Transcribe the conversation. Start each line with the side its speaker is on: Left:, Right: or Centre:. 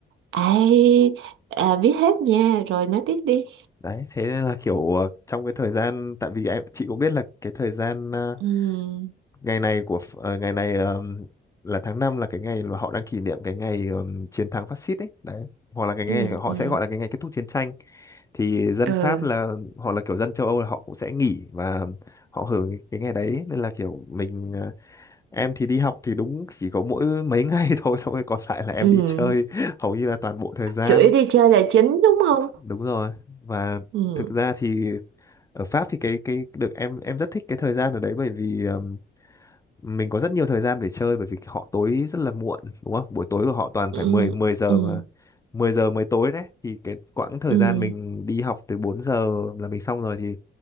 Right: Ai, à, biết hết nha, rồi nói tiếp đi.
Left: đấy thế nên là kiểu ờ, trong cái thời gian tại vì em chị cũng biết là cái thời gian ờ,
Right: Ừ,
Left: ngày này của Ph- ờ, ngày này ờm, là tháng 5 là cái ngày mà họ đang kỷ niệm cái ngày ờm, chiến thắng phát xít ấy đấy hoặc là cái ngày
Right: ừ,
Left: họ
Right: ừ,
Left: sẽ gọi là cái ngày kết thúc chiến tranh thì dân
Right: ừ,
Left: Pháp là hoặc là kiểu dân châu Âu là họ cũng sẽ nghỉ và họ hưởng cái ngày đấy nên là kiểu mình ờ, em thì đi học thì đúng chỉ có mỗi mấy <laughs> ngày thôi xong rồi còn lại là em
Right: ừ.
Left: đi chơi <laughs> hầu như là toàn bộ thời gian
Right: Chủ yếu đi chơi là chính đúng không?
Left: đúng rồi và
Right: Ừ,
Left: thực ra thì ở Pháp thì cái cái được em em rất thích cái thời gian ở đấy bởi vì ừm, mình có rất nhiều thời gian để chơi bởi vì họ tối rất là muộn đúng không buổi tối của họ toàn
Right: ừ,
Left: phải 10 10 giờ
Right: ừ,
Left: mà mười giờ mới tối đấy thì cái quãng thời
Right: ừ,
Left: gian mình đi học từ 4 giờ là mình xong rồi thì